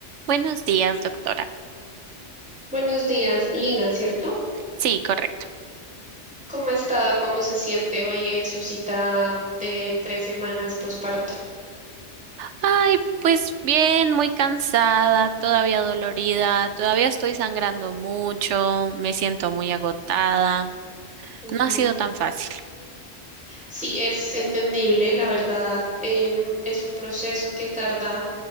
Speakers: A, on the right; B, in the centre.
A: Buenos días, doctora.
B: Buenos días, Lina, ¿cierto?
A: Sí, correcto.
B: ¿Cómo ha estado? ¿Cómo se siente? Hoy es su cita de tres semanas posparto.
A: Ay, pues bien, muy cansada, todavía dolorida, todavía estoy sangrando mucho, me siento muy agotada.
B: Ujú.
A: No ha sido tan fácil.
B: Sí, es entendible, la verdad, em, es un proceso que tarda